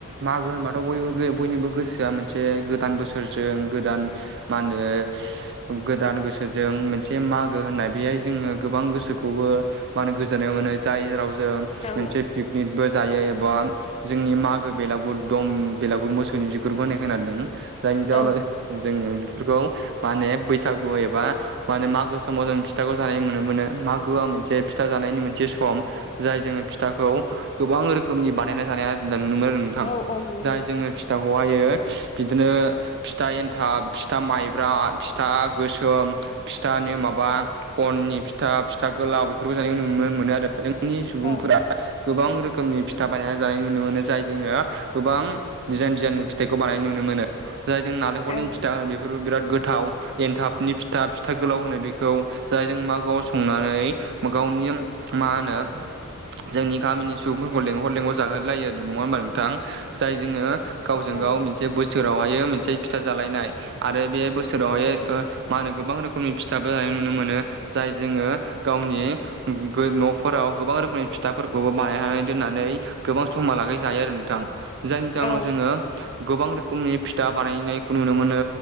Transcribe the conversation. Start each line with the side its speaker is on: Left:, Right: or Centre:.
Right: मागो होनबाथ' बयबो बयनिबो। गोसोआ मोनसे गोदान बोसोरजों गोदान मा होनो। गोदान गोसोजों मोनसे मागो होननाय बेहाय जोङो गोबां गोसोखौबो। मानो गोजोननाय मोनो जाय रावजों।
Left: औ
Right: मोनसे पिकनिकबो जायो एबा जोंनि मागो बेलागुर दम बेलागुर मोसौनि ग्रप होनोनाय खोनादों जायनि जाउोनाव
Left: औ
Right: जोङो बेफोरखौ मा होने बैसागु एबा माने मागो समाव जों फिथाखौ जानाय नुनो मोनो मागोआ मोनसे फिथा जानायनि मोनसे सम। जाय जोङो फिथाखौ गोबां रोखोमनि बानायना जानाया नुनो मोनो। गोथां
Left: औ औ नंगौ
Right: जाय
Left: नोंथां
Right: जोङो फिथाखौ आयो बिदिनो। फिथा एन्थाब फिथा माइब्रा फिथा गोसोम फिथानि माबा अननि फिथा फिथा गोलााव बेफोरखौ जानायखौ नुनो मोनो आरो जोंनि सुबुंफोरा
Left: औ
Right: गोबां रोखोमनि फिथा बायनानै जानाय नुनो मोनो जाय। जोङो गोबां दिडिजाइन डिजाइननि फिथाइखौ बानायनाय नुनो मोनो। जायजों नालेंखलनि
Left: औ
Right: फिथा होन बेफोरबो बिराद गोथाव एनथाब। नि फिथा फिथा गोलाव होनो बेखौ जायजों माागाव संनानै गावनि मा होनो। जोंनि गामिनि सुबुंफोरखौ लेंहर लेंहर जाहोलायो आरो नङा होमबा नोंथां जाय जोङो। गावजों
Left: औ
Right: गाव
Left: नंगौ
Right: मोनसे बोसोरावहाय मोनसे फिथा जालायनाय आरो बे बोसोर। सोरबाहाय मा होनो गोबां रोखोमनि फिथाबो जानाय नुनो मोनो जाय जोङो गावनि। न'फोराव गोबां रोखोमनि फिथाफोरखौबो बानायनानै दोननानै गोबां समा लागै जायो आरो नोंथां जायनि जाउनाव
Left: औ
Right: गोबां रोखोमनि फिथा बानायनायखौ नुनो मोनो